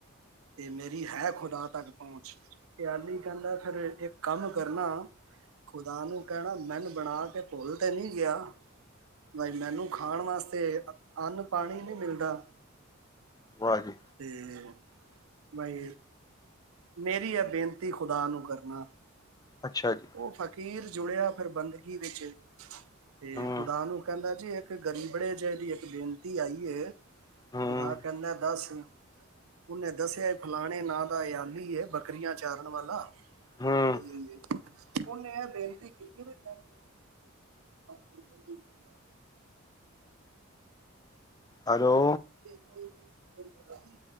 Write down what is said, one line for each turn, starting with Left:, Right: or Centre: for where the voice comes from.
Right: ਤੇ ਮੇਰੀ ਹੈ ਖੁਦਾ ਤੱਕ ਪਹੁੰਚ। ਅਯਾਲੀ ਕਹਿੰਦਾ ਫਿਰ ਇੱਕ ਕੰਮ ਕਰਨਾ। ਖੁਦਾ ਨੂੰ ਕਹਿਣਾ ਮੈਨ ਬਣਾ ਕੇ ਭੁੱਲ ਤੇ ਨਹੀਂ ਗਿਆ। ਬਾਈ ਮੈਨੂੰ ਖਾਣ ਵਾਸਤੇ ਅੰਨ-ਪਾਣੀ ਵੀ ਨੀ ਪਰ <unintelligible>
Left: ਵਾਹ ਜੀ
Right: ਤੇ ਬਈ, ਮੇਰੀ ਐ ਬੇਨਤੀ ਖੁਦਾ ਨੂੰ ਕਰਨਾ
Left: ਅੱਛਾ ਜੀ
Right: ਉਹ ਫ਼ਕੀਰ ਜੁੜਿਆ ਫਿਰ ਬੰਦਗੀ ਵਿੱਚ ਤੇ
Left: ਹੂੰ
Right: ਖੁਦਾ ਨੂੰ ਕਹਿੰਦਾ ਜੀ ਇੱਕ ਇੱਕ ਗਰੀਬੜੇ ਜਿਹੇ ਦੀ ਇੱਕ ਬੇਨਤੀ ਆਈ ਹੈ। ਖੁਦਾ
Left: ਹੂੰ
Right: ਕਹਿੰਦਾ ਦੱਸ ਉਹਨੇ ਦੱਸਿਆ ਇਹ ਫਲਾਣੇ ਨਾਂ ਦਾ ਅਯਾਲੀ ਹੈ ਬੱਕਰੀਆਂ ਚਾਰਨ ਵਾਲਾ
Left: ਹੂੰ
Right: ਤੇ ਉਹਨੇ ਇਹ ਬੇਨਤੀ ਕੀਤੀ ਵੀ ਮੈਨੂੰ <unintelligible> ਲਿਆ
Left: ਹੈਲੋ
Right: ਕੋ ਗੱਲ